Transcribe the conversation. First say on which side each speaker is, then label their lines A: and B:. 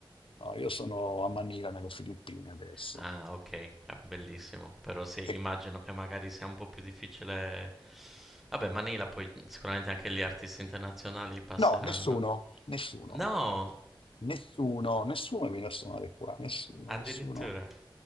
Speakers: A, on the left; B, in the centre.
A: No, io sono a Manila, nelle Filippine adesso.
B: Ah, ok, ah, bellissimo, però sì,
A: E
B: immagino che magari sia un po' più difficile... Vabbè, Manila poi sicuramente anche gli artisti internazionali passeranno.
A: No, nessuno, nessuno,
B: No!
A: nessuno, nessuno viene a suonare qua, nessuno,
B: Addirittura.
A: nessuno.